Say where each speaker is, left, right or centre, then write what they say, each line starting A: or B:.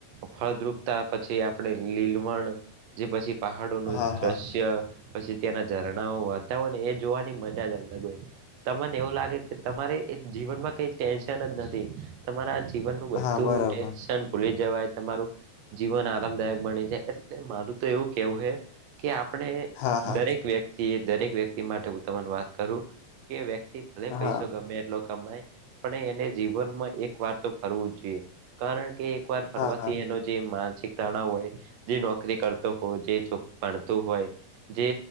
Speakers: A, on the right (about 65°); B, on the left (about 75°).
A: ફળદ્રુપતા પછી આપણે લીલવણ જે પછી પહાડોનું
B: હા
A: દ્રશ્ય
B: હા
A: પછી ત્યાંના ઝરણાઓ વાતા હોય ને એ જ જોવાની મજા જ અલગ હોય. તમને એવું લાગે કે તમારે એક જીવનમાં કઈ ટેન્શન જ નથી તમારા જીવન નું બધું
B: હા બરોબર
A: ટેન્શન ભૂલી જવાય તમારું જીવન આરામદાયક બનિ જાય એટલે મારું તો એવું કેવું હે કે આપણે
B: હા હા
A: દરેક વ્યક્તિ એ દરેક વ્યક્તિ માટે હું તને વાત કરું કે વ્યક્તિ ભલે પૈસો
B: હા
A: ગમે એટલો કમાય પણ એને જીવનમાં એક વાર તો ફરવું જ જોઈએ કારણ કે એક વાર ફરવાથી
B: હા હા
A: એનો જે માનસિક તણાવ હોય જે નોકરી કરતો હોય જે ભણતું હોય જે